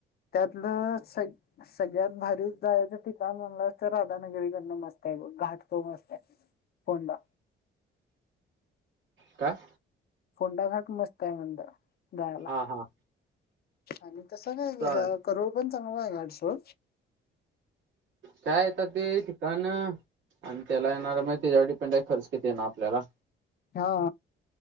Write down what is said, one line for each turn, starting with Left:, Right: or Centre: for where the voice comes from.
Left: त्यातलं स सगळ्यात भारी जायाचं ठिकाण म्हणला अस तर राधानगरीकडनं मस्त आहे घाट तो मस्त आहे. फोंडा
Right: काय?
Left: फोंडा घाट मस्त आहे म्हणलं जायाला.
Right: हा हा
Left: आणि तस नाही
Right: चाल
Left: ह्या करोड पण चांगला घाटसो.
Right: काय येता ते ठिकाण? आणि त्याला येणार मग त्याच्यावर डिपेंड आहे खर्च किती येईन आपल्याला?
Left: हा.